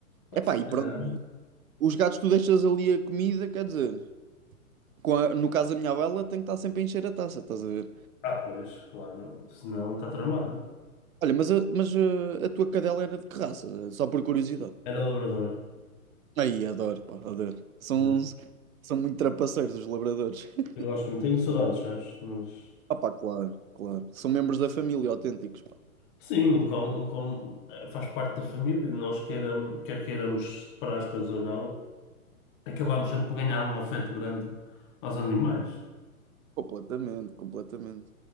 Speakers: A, on the left (about 35°); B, on the right (about 70°).
A: Pá,
B: Epá,
A: se
B: e pronto.
A: calhar.
B: E os gatos tu deixas ali a comida, quer dizer, com a- no caso da minha avó, ela tem que estar sempre a encher a taça, estás a ver?
A: Ah, pois, claro, senão está tramada.
B: Olha, mas, a, mas a, a tua cadela era de que raça? Só por curiosidade.
A: Era labrador,
B: Aí, adoro, pá, adoro. São,
A: né?
B: são muito trapaceiros os labradores. <laughs>
A: Eu gosto, não tenho saudades, sabes? Mas.
B: Ah, pá, claro, claro. São membros da família autênticos, pá.
A: Sim, um cão, um cão eh, faz parte da família e nós queiramos, quer queiramos separar as coisas ou não, acabamos sempre por ganhar um afeto grande aos animais.
B: Completamente, completamente.